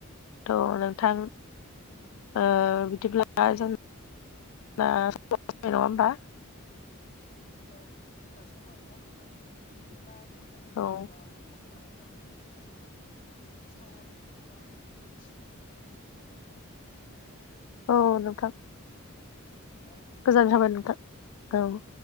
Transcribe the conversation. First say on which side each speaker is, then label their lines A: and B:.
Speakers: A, on the left (about 80°); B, on the left (about 40°).
A: थ' नोंथां बिदिब्ला
B: औ
A: जों दा समाबो जाबाय नङा होमबा?
B: औ नोंथां जोंना समाबो जाखाबाय बिदिब्ला नोंथांजों
A: औ
B: जेनेबा आथिं जाथायनि सोमोन्दै सावरायनानै एबा मिथिनो मोननानै गोजोननाय थाबाय नोंथां।
A: औ नोंथां।
B: जाय माने
A: गोजोन्नाय थाबाय नोंथां औ।